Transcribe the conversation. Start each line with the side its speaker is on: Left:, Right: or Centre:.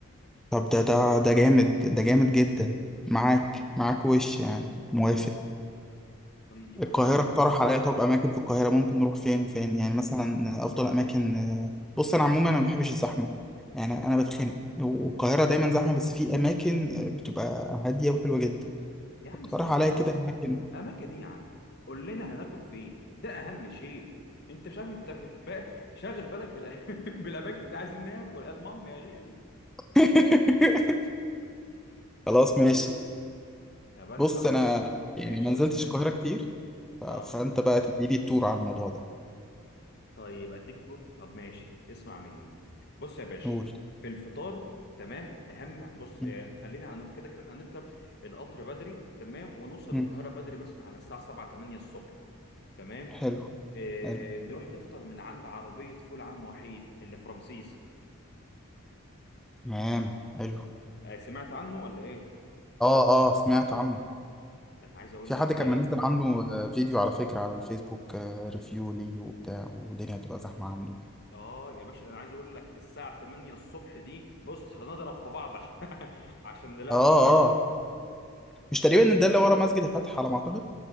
Centre: طب ده ده ده جامد ده جامد جدا معاك معاك وش يعني موافق
Left: طيب
Centre: القاهرة
Left: عسل
Centre: اقترح
Left: قوي
Centre: عليا طب أماكن في القاهرة ممكن نروح فين وفين يعني مثلا أفضل أماكن آه، بص أنا عموما أنا ما بحبش الزحمة يعني أنا بتخنق والقاهرة دايما زحمة بس في أماكن آه، بتبقى هادية وحلوة جدا
Left: يا عم
Centre: اقترح
Left: ثواني
Centre: عليا
Left: بس
Centre: كده اماكن
Left: اماكن ايه يا عم قول لنا هناكل فين ده اهم شيء انت مش عارف انت ب- <laughs> شاغل بالك بالأ... <laughs> بالاماكن دي عايزين ناكل المهم يا غالي
Centre: <laughs> خلاص ماشي
Left: <laughs> طب انا
Centre: بص
Left: هقول
Centre: انا
Left: لك
Centre: يعني
Left: ماشي
Centre: ما
Left: قول
Centre: نزلتش
Left: لي طيب
Centre: القاهره كتير ف-
Left: اه
Centre: فانت بقى تدي لي التور على الموضوع ده
Left: طيب اديك تور طب ماشي اسمع مني بص يا باشا
Centre: قول
Left: في الفطار تمام اهم بص
Centre: م-
Left: آه خلينا هن... كده كده احنا هنركب القطر بدري تمام ونوصل
Centre: م.
Left: القاهره بدري مثلا على الساعه 7 8 الصبح تمام
Centre: حلو
Left: آه
Centre: حلو
Left: نروح نفطر من عند عربيه فول عم وحيد اللي في رمسيس
Centre: تمام حلو
Left: آه سمعت عنه ولا ايه
Centre: اه اه سمعت عنه
Left: ده انا عايز اقول
Centre: في حد
Left: لك بيعمل
Centre: كان منزل عنده آه، فيديو على فكره على الفيسبوك آه، ريفيو ليه وبتاع والدنيا بتبقى زحمه عنده
Left: اه يا باشا ده انا عايز اقول لك الساعه 8 الصبح دي بص هنضرب في بعض عشان <laughs> عشان نلاقي
Centre: اه
Left: ترابيزه
Centre: اه مش تقريبا ده اللي ورا مسجد الفتح على ما اعتقد